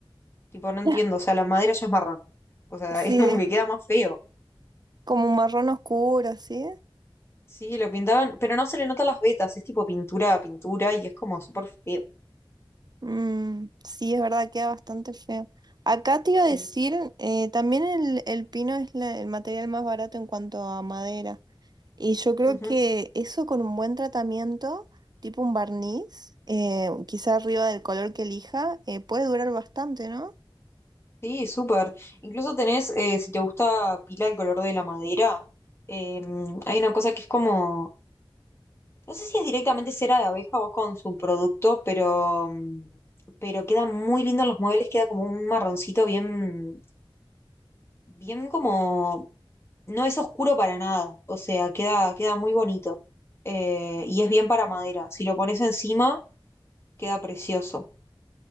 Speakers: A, on the left (about 25°); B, on the right (about 45°).
A: Tipo, no entiendo,
B: <laughs>
A: o sea, la madera ya es marrón. O sea,
B: Sí,
A: <laughs> es como que queda más feo.
B: como un marrón oscuro, ¿sí?
A: Sí, lo pintaban, pero no se le notan las vetas, es tipo pintura a pintura y es como súper feo.
B: Mm, sí, es verdad, queda bastante feo. Acá te iba
A: Sí.
B: a decir, eh, también el, el pino es la- el material más barato en cuanto a madera. Y yo creo
A: Ujú.
B: que eso con un buen tratamiento, tipo un barniz, eh, quizá arriba del color que elija, eh, puede durar bastante, ¿no?
A: Sí, súper. Incluso tenés, eh, si te gusta pila el color de la madera, eh, hay una cosa que es como No sé si es directamente cera de abeja o con su producto, pero, mm, pero queda muy lindo en los muebles, queda como un marroncito bien, bien como, no es oscuro para nada, o sea, queda, queda muy bonito. Eh, y es bien para madera. Si lo pones encima, queda precioso